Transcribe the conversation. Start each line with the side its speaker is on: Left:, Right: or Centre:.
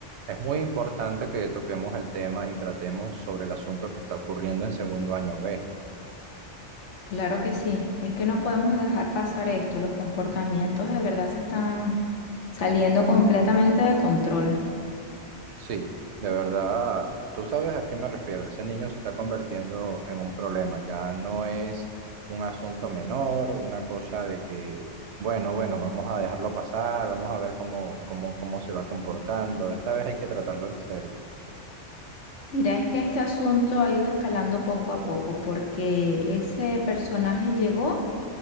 Right: Es muy importante que toquemos el tema y tratemos sobre el asunto que está ocurriendo en segundo año B.
Left: Claro que sí, es que no podemos dejar pasar esto, los comportamientos de verdad se están saliendo completamente de control.
Right: Sí, de verdad, tú sabes a quién me refiero. Ese niño se está convirtiendo en un problema. Ya no es un asunto menor, una cosa de que, bueno, bueno, vamos a dejarlo pasar, vamos a ver cómo, cómo, cómo se va comportando. Esta vez hay que tratarlo en serio.
Left: Mira, es que este asunto ha ido escalando poco a poco porque ese personaje llegó